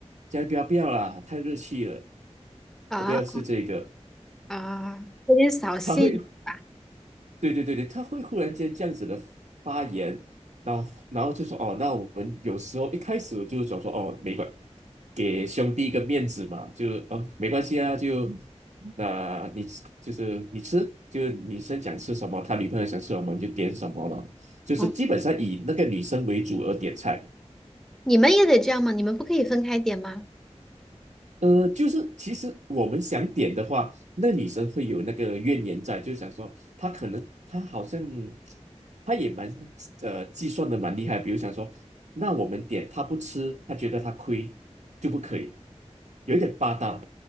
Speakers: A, on the right; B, in the centre.
A: 先不要不要啦，太热气了，
B: 啊
A: 我不要吃这个。<laughs>
B: 啊，有点扫兴吧？
A: 他会对对对对，他会忽然间这样子的发言，然后然后就说哦，那我们有时候一开始就想说哦，没关，给兄弟一个面子嘛，就哦没关系啊，就那、你就是你吃，就女生想吃什么，他女朋友想吃什么你就点什么了，就是基本上以那个女生为主而点菜。
B: 啊。你们也得这样吗？你们不可以分开点吗？
A: 呃，就是其实我们想点的话，那女生会有那个怨言在，就想说她可能她好像她也蛮呃计算的蛮厉害，比如想说，那我们点她不吃，她觉得她亏就不可以，有一点霸道。